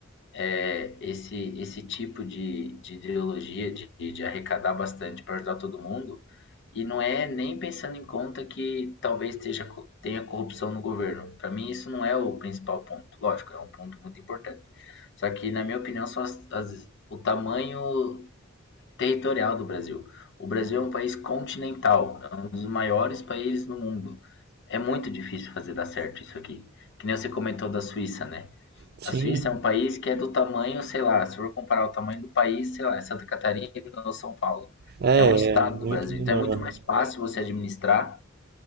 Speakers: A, on the left (about 60°); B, on the right (about 50°).
A: é, esse, esse tipo de, de ideologia de, de arrecadar bastante para ajudar todo mundo, e não é nem pensando em conta que talvez esteja, tenha corrupção no governo. Para mim, isso não é o principal ponto. Lógico, é um ponto muito importante. Só que, na minha opinião, são as, as, o tamanho territorial do Brasil. O Brasil é um país continental, é um dos maiores países no mundo. É muito difícil fazer dar certo isso aqui. Que nem você comentou da Suíça, né?
B: Sim,
A: A Suíça é um país que é do tamanho, sei lá, se for comparar o tamanho do país, sei lá, é Santa Catarina ou São Paulo.
B: é,
A: É um estado
B: é muito
A: do Brasil,
B: menor.
A: então é muito mais fácil você administrar